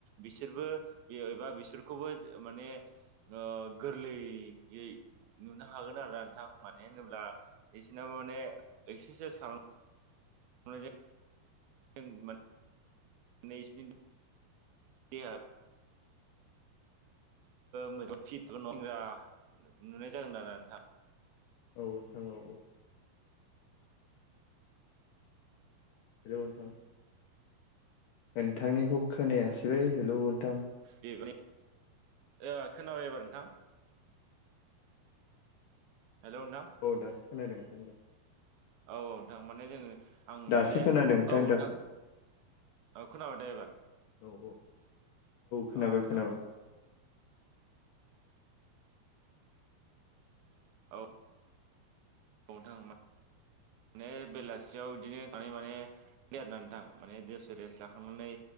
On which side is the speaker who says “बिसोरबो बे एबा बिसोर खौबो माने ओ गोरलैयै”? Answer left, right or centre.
Right